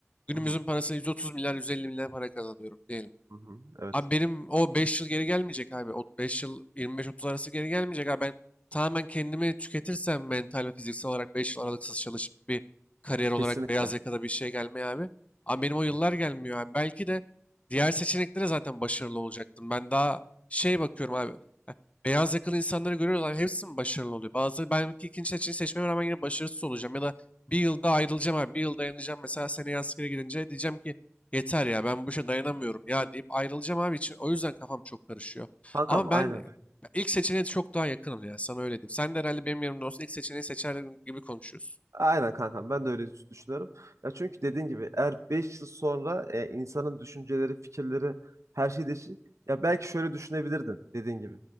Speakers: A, on the left (about 25°); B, on the right (about 75°).
A: Günümüzün
B: Hı hı,
A: parasıyla 130 milyar 150 milyar para kazanıyorum diyelim.
B: hı hı, evet.
A: Abi benim o 5 yıl geri gelmeyecek abi. O 5 yıl 25-30 arası geri gelmeyecek abi. Ben tamamen kendimi tüketirsem mental ve fiziksel olarak 5 yıl aralıksız çalışıp bir kariyer olarak
B: Kesinlikle.
A: beyaz yakada bir şey gelmeye abi. Ama benim o yıllar
B: Hı hı.
A: gelmiyor abi. Belki de diğer seçeneklere zaten başarılı olacaktım. Ben daha şey bakıyorum abi. Heh, Beyaz yakalı insanları görüyoruz abi. Hepsi mi başarılı oluyor? Bazıları ben belki ikinci seçeneği seçmeme rağmen yine başarısız olacağım. Ya da bir yılda ayrılacağım abi. Bir yıl dayanacağım. Mesela seneye askere gidince diyeceğim ki yeter ya ben bu işe dayanamıyorum ya deyip ayrılacağım abi için. O yüzden kafam çok karışıyor.
B: Kankam
A: Ama ben
B: aynen.
A: e, ilk seçeneğe çok daha yakınım ya sana öyle diyeyim. Sen de herhalde benim yerimde olsun ilk seçeneği seçer gibi konuşuyorsun.
B: Aynen kankam ben de öyle düşünüyorum. Ya çünkü dediğin gibi eğer 5 yıl sonra e, insanın düşünceleri, fikirleri her şey değişir. Ya belki şöyle düşünebilirdin dediğin gibi.